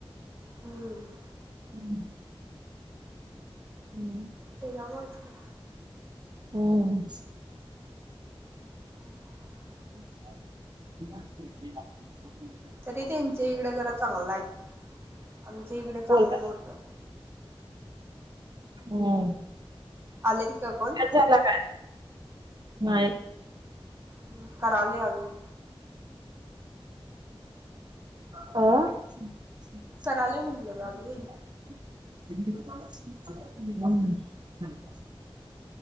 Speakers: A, on the right; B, on the right.
A: हम्म.
B: <inaudible> हम्म.
A: तेज्यामुळच की.
B: हम्म.
A: हम्म.
B: <unintelligible>
A: तरी त्यांच्या इकडं जरा चांगलं हाय आमच्या इकडं चांगलं
B: कोल्हा
A: नव्हतं.
B: हम्म.
A: आले तीक पण.
B: झाला काय नाही.
A: हम्म कराले अजुन.
B: अं.
A: कराले म्हणलं ग अजून
B: <unintelligible>